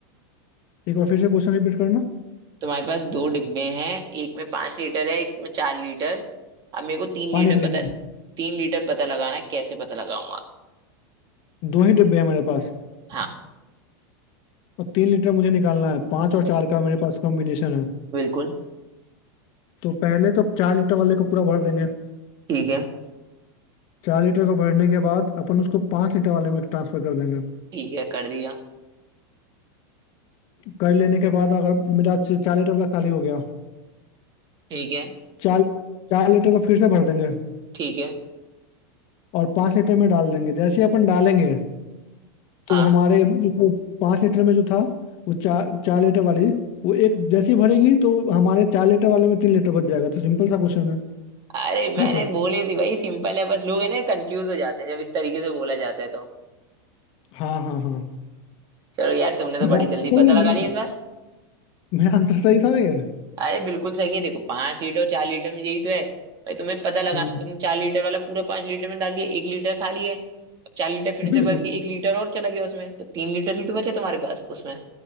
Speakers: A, on the left (about 45°); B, on the right (about 35°).
A: एक बार फिर से क्वेश्चन रिपीट करना
B: तुम्हारे पास दो डिब्बे हैं एक में पांच लीटर है एक में चार लीटर अब मेरे को तीन
A: पानी
B: लीटर
A: भरेंगे
B: पता तीन लीटर पता लगाना है कैसे पता लगाऊंगा
A: दो ही डिब्बे हैं मेरे पास
B: हाँ
A: और तीन लीटर मुझे निकालना है पाँच और चार का मेरे पास कॉम्बिनेशन है
B: बिल्कुल
A: तो पहले तो चार लीटर वाले को पूरा भर देंगे
B: ठीक है
A: चार लीटर को भरने के बाद अपन उसको पाँच लीटर वाले में ट्रांसफर कर देंगे
B: ठीक है कर दिया
A: कर लेने के बाद अगर मेरा च- चार लीटर वाला खाली हो गया
B: ठीक है
A: चार चार लीटर को फिर से भर देंगे
B: ठीक है
A: और पाँच लीटर में डाल देंगे जैसे ही अपन डालेंगे
B: हाँ
A: तो हमारे जो पाँच लीटर में जो था वो चार चार लीटर वाली वो एक जैसी भरेगी तो हमारे चार लीटर वाले में तीन लीटर बच जाएगा तो सिंपल सा क्वेश्चन है
B: अरे मैंने
A: ये तो
B: बोली थी भाई सिंपल है बस लोग है ना कंफ्यूज हो जाते हैं जब इस तरीके से बोला जाता है तो
A: हाँ हाँ हाँ
B: चलो यार तुमने तो
A: मेरा
B: बड़ी जल्दी
A: सही
B: पता लगा
A: है,
B: ली इस बार
A: मेरा आंसर सही था ना ये
B: अरे बिल्कुल सही है देखो पांच लीटर और चार लीटर में यही तो है भाई तुम्हें पता लगाना
A: हम्म,
B: तुमने चार लीटर वाला पूरा पांच लीटर में डाल दिया एक लीटर खाली है चार लीटर फिर
A: बिल्कुल
B: से भर के एक लीटर और चला गया उसमें तो तीन लीटर ही तो बचे तुम्हारे पास उसमें